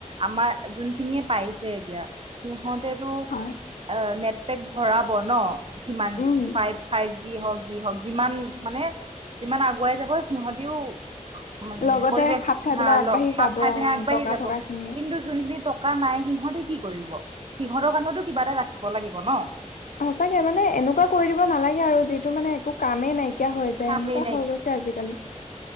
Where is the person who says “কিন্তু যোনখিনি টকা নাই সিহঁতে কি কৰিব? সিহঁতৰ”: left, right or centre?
Right